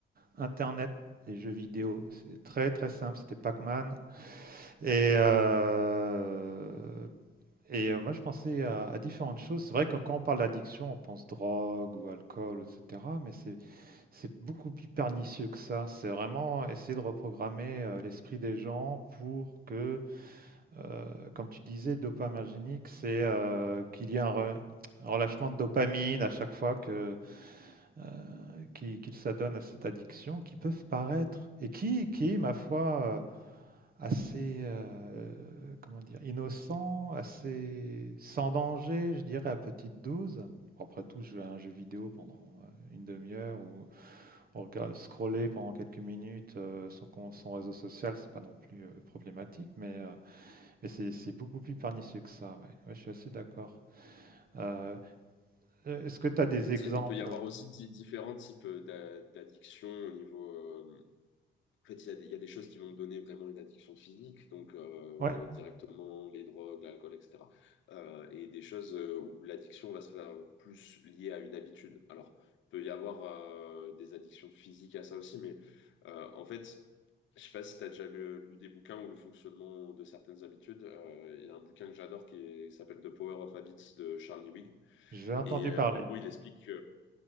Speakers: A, on the right (about 50°); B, on the left (about 70°).
A: internet, les jeux vidéo, c'était très, très simple, c'était Pac-Man et heu et heu, moi je pensais à à différentes choses. C'est vrai que quand on parle d'addiction, on pense drogue ou alcool et cetera, mais c'est c'est beaucoup plus pernicieux que ça. C'est vraiment essayer de reprogrammer, heu, l'esprit des gens pour que, heu, comme tu disais, dopaminergique, c'est, heu, qu'il y ait un re un relâchement de dopamine à chaque fois que euh, qui, qui s'adonnent à cette addiction, qui peuvent paraître, et qui, qui ma foi, euh, assez, euh, comment dire, innocent, assez sans danger, je dirais, à petite dose. Après tout, jouer à un jeu vidéo pendant euh, une demi-heure ou scroller pendant quelques minutes euh, son, con- réseau social, c'est pas non plus euh, problématique, mais, euh, mais c'est c'est beaucoup plus pernicieux que ça. ouais. Ouais, je suis assez d'accord. Euh, euh, Est-ce que tu as des
B: Il peut
A: exemples?
B: y il peut y avoir aussi di- différents types euh, d'a- d'addictions au niveau, euh, En fait, il y a des, il y a des choses qui vont donner vraiment une addiction physique, donc euh,
A: Ouais.
B: directement les drogues, l'alcool, etc. Euh, et des choses euh, où l'addiction va se faire plus liée à une habitude. Alors, il peut y avoir euh, des addictions physiques à ça aussi, mais euh, en fait, je sais pas si tu as déjà lu, lu des bouquins ou le fonctionnement de certaines habitudes. Euh, Il y a un bouquin que j'adore qui est- qui s'appelle The Power of Habits de Charles Duhigg.
A: J'ai entendu
B: Et euh,
A: parler.
B: en gros, il explique